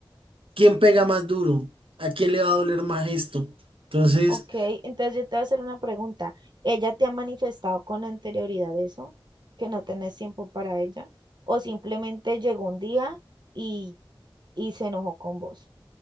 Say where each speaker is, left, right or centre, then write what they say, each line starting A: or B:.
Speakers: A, on the right; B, on the right.
A: quién pega más duro, a quién le va a doler más esto. Entonces...
B: Ok, entonces yo te voy a hacer una pregunta. ¿Ella te ha manifestado con anterioridad eso? ¿Que no tenés tiempo para ella? ¿O simplemente llegó un día y, y se enojó con vos?